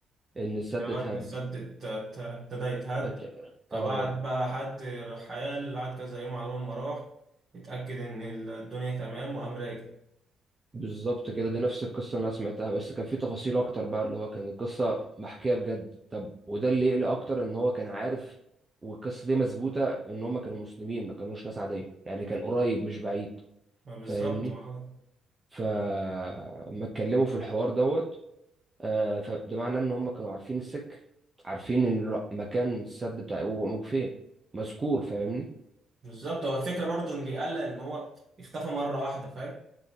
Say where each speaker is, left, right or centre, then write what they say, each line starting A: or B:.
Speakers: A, on the right; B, on the right.
A: إن السد
B: اه
A: اتهد
B: ان السد ات- ات- ابتدى يتهد
A: ات-
B: فبعد
A: آه
B: بقى حد رحال قعد كذا يوم على ما راح اتأكد ان الدنيا تمام وقام راجع
A: بالظبط كده دي نفس القصة اللي أنا سمعتها بس كان في تفاصيل أكتر بقى اللي هو كان القصة محكية بجد طب وده اللي يقلق أكتر إن هو كان عارف والقصة دي مثبوتة إن هما كانوا مسلمين ما كانوش ناس عادية يعني كان قريب مش بعيد
B: ما بالظبط
A: فاهمني
B: اه.
A: فما اتكلموا في الحوار دوت آه، فده معناه إن هما كانوا عارفين السك عارفين إن الر- مكان السد بتاع هو موجود فين مذكور فاهمني
B: بالظبط هو الفكرة برضو ان اللي قلق ان هو اختفى مرة واحدة فاهم